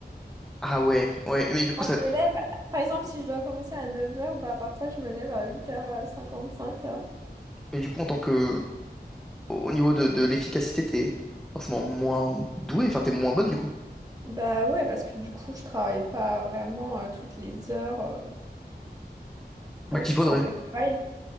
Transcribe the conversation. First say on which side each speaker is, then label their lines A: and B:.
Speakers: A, in the centre; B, on the right.
A: Ah ouais, ouais, mais du coup,
B: Quand
A: ça,
B: je me lève, par exemple, si je dois commencer à neuf heures bah parfois je me lève à huit heures cinquante cinq là.
A: mais du coup, en tant que, au niveau de, de l'efficacité, t'es forcément moins doué, enfin, t'es moins bonne, du coup.
B: Bah ouais, parce que du coup, je travaille pas vraiment euh, toutes les heures euh,
A: Bah,
B: là
A: qu'il
B: où je suis
A: faudrait.
B: censée travailler.